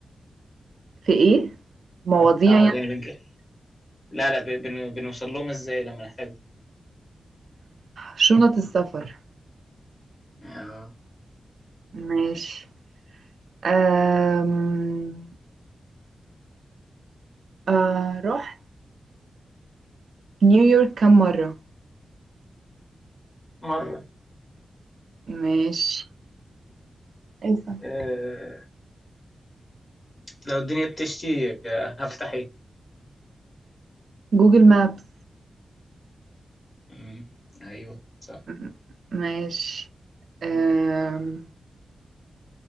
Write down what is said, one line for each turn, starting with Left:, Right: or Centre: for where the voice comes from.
Right: في ايه مواضيع
Left: اه
Right: يعني
Left: يعني بنكلم لا لا ب- بن- بنوصل لهم ازاي لما نحتاجهم
Right: شنط السفر
Left: آه،
Right: ماشي أم... آه رحت نيويورك كم مرة
Left: مرة
Right: ماشي إيه
Left: آه، لو الدنيا بتشتي آه، هفتح ايه؟
Right: جوجل مابس
Left: مم، ايوه صح
Right: م- ماشي أم...